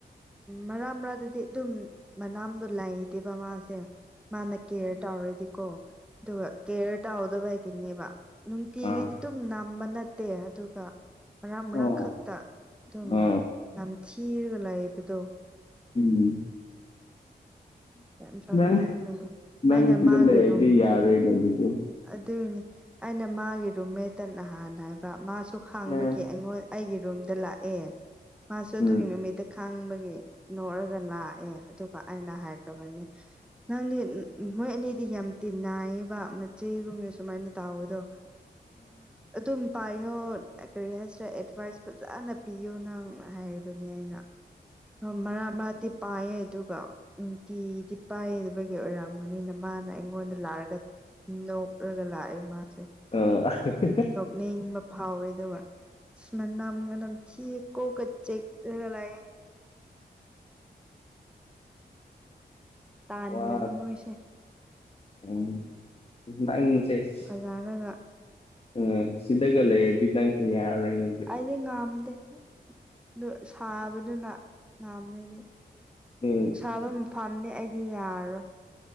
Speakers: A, in the centre; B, on the left.
A: ꯃꯔꯥ ꯃꯔꯥꯗꯗꯤ ꯑꯗꯨꯝ ꯃꯅꯥꯝꯗꯣ ꯂꯩ ꯇꯦꯕ ꯃꯥꯁꯦ ꯃꯥꯅ ꯀꯦꯌꯔ ꯇꯧꯔꯗꯤꯀꯣ ꯑꯗꯨꯒ ꯀꯦꯌꯔ ꯇꯥꯎꯗꯕꯒꯤꯅꯦꯕ ꯅꯨꯡꯇꯤꯒꯤꯗꯤ
B: ꯑꯥ
A: ꯑꯗꯨꯝ ꯅꯝꯕ ꯅꯠꯇꯦ ꯑꯗꯨꯒ ꯃꯔꯛ
B: ꯑꯣ
A: ꯃꯔꯛ ꯈꯛꯇ ꯑꯗꯨꯝ
B: ꯑꯥ
A: ꯅꯝꯊꯤꯔꯒ ꯂꯩꯕꯗꯣ
B: ꯎꯝ
A: ꯌꯥꯝ ꯁꯥꯎꯅꯤꯡꯕꯅꯤ
B: <unintelligible> ꯅꯪ
A: ꯑꯩꯅ
B: ꯁꯤꯗ
A: ꯃꯥꯒꯤ
B: ꯂꯩꯔꯗꯤ
A: ꯔꯨꯝ
B: ꯌꯥꯔꯣꯏꯅꯦ ꯑꯗꯨꯗꯤ
A: ꯑꯗꯨꯏꯅꯤ ꯑꯩꯅ ꯃꯥꯒꯤ ꯔꯨꯝꯃꯦꯠꯇ ꯅꯍꯥꯟ ꯍꯥꯏꯕ ꯃꯥꯁꯨ ꯈꯥꯡꯕꯒꯤ
B: ꯎꯝ
A: ꯑꯩꯉꯣꯟ ꯑꯩꯒꯤ ꯔꯨꯝꯗ ꯂꯥꯛꯑꯦ ꯃꯥꯁꯨ ꯑꯗꯨꯒꯤ
B: ꯎꯝ
A: ꯅꯨꯃꯤꯠꯇ ꯈꯥꯡꯕꯒꯤ ꯅꯣꯛꯔꯒ ꯂꯥꯛꯑꯦ ꯑꯗꯨꯒ ꯑꯩꯅ ꯍꯥꯏꯈ꯭ꯔꯕꯅꯤ ꯅꯪꯗꯤ ꯃꯣꯏ ꯑꯅꯤꯗꯤ ꯌꯥꯝ ꯇꯤꯟꯅꯩꯌꯦ ꯃꯆꯦꯒꯨꯝ ꯁꯨꯃꯥꯏꯅ ꯇꯥꯎꯕꯗꯣ ꯑꯗꯨꯝ ꯄꯥꯏꯌꯣ ꯀꯔꯤ ꯍꯥꯏꯁꯤꯔꯦ ꯑꯦꯗꯚꯥꯏꯁ ꯐꯖꯅ ꯄꯤꯌꯣ ꯅꯪ ꯍꯥꯏꯕꯅꯤ ꯑꯩꯅ ꯃꯥꯔꯛ ꯃꯥꯔꯛꯇꯤ ꯄꯥꯏꯌꯦ ꯑꯗꯨꯒ ꯅꯨꯡꯇꯤꯗꯤ ꯄꯥꯏꯗꯕꯒꯤ ꯑꯣꯏꯔꯝꯒꯅꯤꯅ ꯃꯥꯅ ꯑꯩꯉꯣꯟꯗ ꯂꯥꯛꯑꯒ ꯅꯣꯛꯔꯒ ꯂꯥꯛꯑꯦ ꯃꯥꯁꯦ
B: ꯑ <unintelligible>
A: ꯅꯤꯡꯕ ꯐꯥꯎꯋꯦ ꯑꯗꯨꯒ ꯑꯁ ꯃꯅꯝꯒ ꯅꯝꯊꯤꯌꯦ ꯀꯣꯛꯀ ꯆꯤꯛꯔꯒ ꯂꯩꯌꯦ ꯇꯥꯟꯕꯅꯤ
B: ꯋꯥ
A: ꯃꯣꯏꯁꯦ
B: ꯎꯝ ꯅꯪꯖꯦ ꯁꯤ
A: ꯂꯔꯒ
B: ꯎꯝ ꯁꯤꯗꯒ ꯂꯩꯔꯗꯤ ꯅꯪꯁꯦ ꯌꯥꯔꯔꯣꯏꯅꯦ ꯑꯗꯨꯗꯤ
A: ꯑꯩꯗꯤ ꯉꯥꯝꯗꯦ ꯑꯗꯨ ꯁꯥꯕꯗꯨꯅ ꯉꯥꯝꯅꯦꯗꯦ
B: ꯎꯝ
A: ꯁꯥꯕ ꯃꯐꯥꯝꯅꯦ ꯑꯩꯗꯤ ꯌꯥꯔꯣꯏ